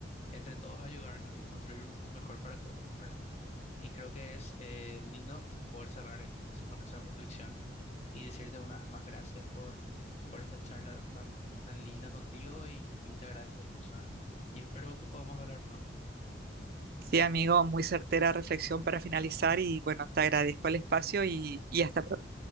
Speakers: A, on the left; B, on the right.
A: entre todos ayudarnos y construir un mundo mejor para todos, ¿verdad? Y creo que es eh, lindo poder cerrar esto entonces con esa reflexión y decirte unas más gracias por, por esta charla tan, tan linda contigo y, y te agradezco mucho, ¿eh? Y espero que podamos hablar pronto.
B: Sí, amigo, muy certera reflexión para finalizar y bueno, te agradezco el espacio y, y hasta pronto.